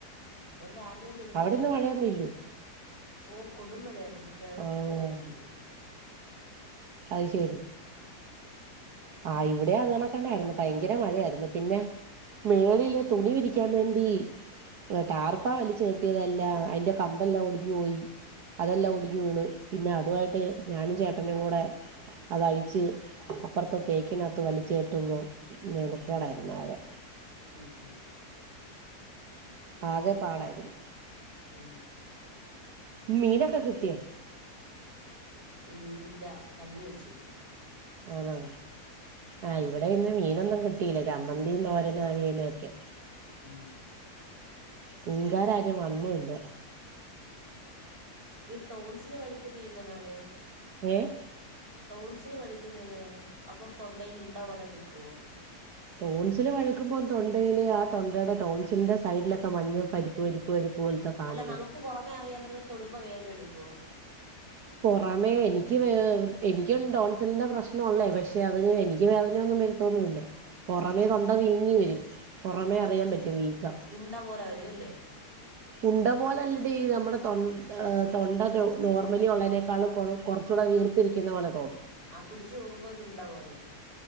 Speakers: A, on the right; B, on the right.
A: ഇവിടെ രാവിലെ പെരുമഴ
B: അവിടെ ഇന്ന്
A: ആയിരുന്നു
B: മഴയൊന്നും ഇല്ലേ
A: ഓ കൊടുമഴായിരുന്നു ഉച്ച
B: ആഹ്
A: ഉച്ചടൈമില്
B: അത് ശരി ആഹ് ഇവിടെ അതു ഓണക്ക തന്നെ ആരുന്നു ഭയങ്കര മഴയായിരുന്നു പിന്നെ മേളില് തുണി വിരിക്ക ക്കാൻ വേണ്ടി ടാർപ വലിച്ച് കെട്ടിയതെല്ല അതിന്റെ കമ്പെല്ലാം ഒടിഞ്ഞു പോയി അതെല്ലാം ഒടിഞ്ഞു
A: ഉം
B: വീണു പിന്നെ അതു ആയിട്ട് ഞാനും ചേട്ടനയും കൂടെ അതഴിച്ച് അപ്പുറത്തെ തേക്കിനകത്ത് വലിച്ച കെട്ടുമ്പോ മനക്കേടായിരുന്നു
A: ഉം
B: ആകെ
A: ഉം ഉം
B: ആകെ പാടായിരുന്നു
A: ഉം
B: മീനൊക്കെ കിട്ടിയൊ
A: ഇല്ല കഞ്ഞി വെച്ചു
B: ആണോ ആഹ് ഇവിടെ ഇന്ന് മീനൊന്നും കിട്ടിയില്ലേ ചമ്മന്തിയും തോരനും അവിയലും ഒക്കെ
A: ഉം
B: മീകാര്‌ ആര്‌ വന്നുല്ല
A: ഈ ടൗൺസിന് കഴിക്കുന്നത് എങ്ങനാണേ
B: ഏഹ്
A: ടൗൺസില് പലിക്കുന്ന എങ്ങനാ അപ്പൊ തൊണ്ടൽ ഉണ്ടാവോലെ നിക്കുവോ
B: ടോൺസില് വഴുക്കുമ്പോം തൊണ്ടയില് ആഹ് തൊണ്ടയുടെ ടോൺസിലിന്റെ സൈഡിലൊക്കെ മഞ്ഞ പരിപ്പ് പരിപ്പ് പരിപ്പ് പോലത്തെ സാധനം
A: അല്ല
B: വരും
A: നമുക്ക് പുറമേ അറിയാൻറ്റുന്ന അത്തൊടുമ്പോ വേദന എടുക്കുവോ
B: പുറമേ എനിക്ക് എനിക്ക് ഡോൺസലന്റെ പ്രശ്നം ഉള്ളേ പക്ഷെ അതിന് എനിക്ക് വേദനൊന്നും വരു ന്നില്ല പുറമേ
A: ആഹ്
B: തൊണ്ട വീങ്ങി വരും പുറമേ അറിയാൻ പറ്റും വീക്കാം
A: ഇതാ ഓല വരുമല്ലോ
B: ഉണ്ട പോലെല്ലടി ഈ നമ്മുടെ തൊ തൊണ്ട നോർമലി ഉള്ളതിനേക്കാൾ കുറ ചൂടെ വീർതിരിക്കുന്ന പോല തോന്നും
A: ആഹ് പിടിച്ച് നോകുമ്പോ ഒരുണ്ട പോലെ